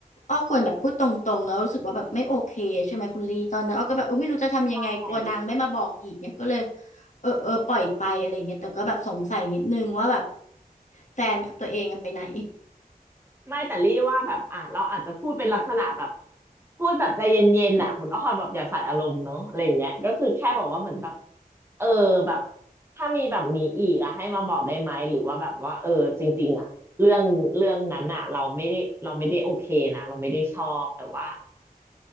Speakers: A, on the left; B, on the right.
A: อ้อควรแบบพูดตรงๆแล้วรู้สึกว่าแบบไม่โอเคใช่ไหมคุณลี่ตอนนั้นอ้อก็แบบเออไม่รู้จะทำยังไงกลัวนางไม่มาบอกอีกเนี่ยก็เลย
B: ใช่
A: เออเออปล่อยไปอะไรเงี้ยแต่ก็แบบสงสัยนิดนึงว่าแบบแฟนตัวเองอะไปไหน
B: ไม่แต่รี่ว่าแบบอ่ะเราอาจจะพูดเป็นลักษณะแบบพูดแบบใจเย็นๆน่ะคุณอ้อแบบอย่าใส่อารมณ์เนาะอะไรอย่างเงี้ยก็คือแค่บอกว่าเหมือนแบบเออแบบถ้ามีแบบนี้อีกอะให้มาบอกได้ไหมหรือว่าแบบว่าเออจริงๆอะเรื่องเรื่องนั้นอะเราไม่ได้เราไม่ได้โอเคนะเราไม่ได้ชอบแต่ว่า